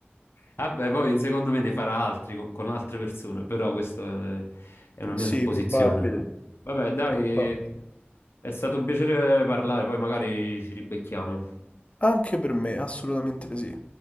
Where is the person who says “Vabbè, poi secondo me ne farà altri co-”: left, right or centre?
Left